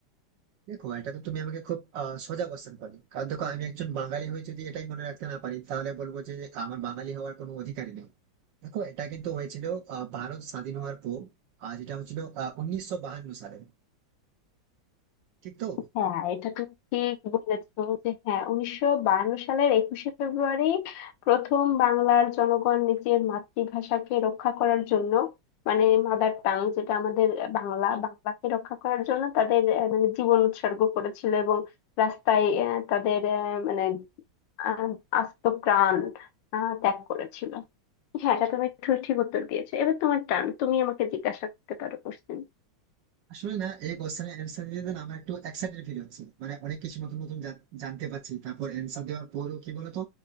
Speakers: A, on the right; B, on the left.
A: দেখো এটা তো তুমি আমাকে খুব আহ, সোজা কোশ্চেন করলে কারণ দেখো আমি একজন বাঙালি হয়ে যদি এটাই মনে রাখতে না পারি তাহলে বলবো যে আমার বাঙালি হওয়ার কোনো অধিকারই নেই দেখো এটা কিন্তু হয়েছিল আহ, ভারত স্বাধীন হওয়ার পর আহ, যেটা হয়েছিল উনিশশো বাহান্ন সালে ঠিক তো
B: হ্যাঁ এটা তুমি ঠিক বলেছো যে হ্যাঁ উনিশশো বায়ান্ন সালের একুশে ফেব্রুয়ারি প্রথম বাংলার জনগণ নিজের মাতৃভাষাকে রক্ষা করার জন্য মানে মাদার টাং যেটা আমাদের বাংলা বাংলাকে রক্ষা করার জন্য তাদের আহ, মানে জীবন উৎসর্গ করেছিল এবং রাস্তায় আহ, তাদের আহ, মানে আহ, আস্ত প্রাণ আহ, ত্যাগ করেছিল হ্যাঁ এটা তুমি ঠিক ঠিক উত্তর দিয়েছো এবার তোমার টান তুমি আমাকে জিজ্ঞাসা করতে পারো কোশ্চেন
A: আসলে না এই কোশ্চেনের অ্যান্সার দিতে না আমার একটু এক্সাইটেড ফিল হচ্ছে মানে অনেক কিছু নতুন নতুন জান- জানতে পারছি তারপর অ্যান্সার দেওয়ার পরেও কি বলতো